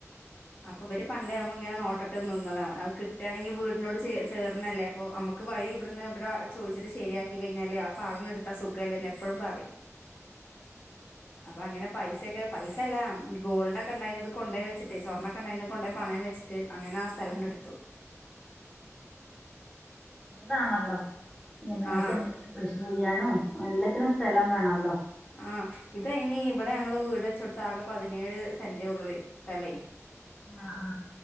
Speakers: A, on the left; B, in the centre.
A: അപ്പൊഇവർ പണ്ടേ ആവുമ്മ ഇങ്ങനെ നോട്ടം നോട്ടം ഇിട്ടിട്ട് നിന്നതാണ് അത് കിട്ടുകയാണെങ്കിൽ വീടിനോട് ചേ ചേർന്നല്ലേ അപ്പോ നമുക്ക് വഴി ഇവിടുന്ന് ഇടെ ചോദിച്ചിട്ട ശരിയാക്കി കഴിഞാല് ആ പാട എടുത്ത സുഖമല്ലന്ന് എപ്പോഴും പറ അപ്പൊ അങ്ങനെ പൈസൊക്കെ പൈസ അല്ല ഗോൾഡ് ഒക്കെ ഉണ്ടായി കൊണ്ട പോയി വെച്ചിട്ട്
B: ഉം
A: സ്വർണ്ണക്കെണ്ടന്ന് കൊണ്ട പോ പണയം വെച്ചിട്ട് അങ്ങനെ ആ സ്ഥലംണ്ട എടുത്തു
B: താണല്ലോ <unintelligible>
A: ആ
B: കൃഷി ചെയ്യാനും എല്ലാത്തിനും സ്ഥലം വേണല്ലോ
A: അ ഇതനി ഇവിടെ ഞങ്ങൾ വീട് വെച്ചോ താക പതിനേഴ് സെന്റ ഉള്ള സ്ഥല
B: ആ ആ